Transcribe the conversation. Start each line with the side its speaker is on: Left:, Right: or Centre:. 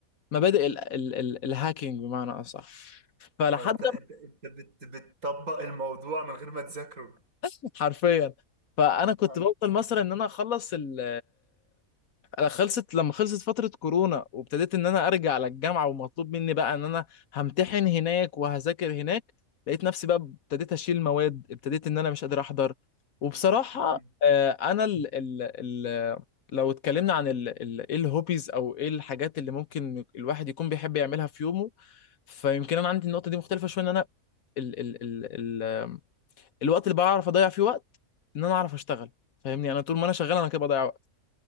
Left: مبادئ ال ال ال الهاكينج بمعنى اصح فلحد
Right: آه، انت انت انت بت بتطبق الموضوع من غير ما تذاكره
Left: <laughs> حرفيا فانا كنت
Right: آه.
Left: بفضل مثلا ان انا اخلص ال انا خلصت لما خلصت فتره كورونا وابتديت ان انا ارجع للجامعه ومطلوب مني بقى ان انا همتحن هناك وهذاكر هناك لقيت نفسي بقى ابتديت اشيل مواد ابتديت ان انا مش قادر احضر وبصراحه
Right: مم.
Left: آه، انا ال ال ال لو اتكلمنا عن ال ال ايه الهوبيز او ايه الحاجات اللي ممكن الواحد يكون بيحب يعملها في يومه فيمكن انا عندي النقطه دي مختلفه شويه ان انا ال... ال... ال... الوقت اللي بعرف اضيع فيه وقت ان انا اعرف اشتغل فاهمني يعني انا طول ما انا شغال انا كده بضيع وقت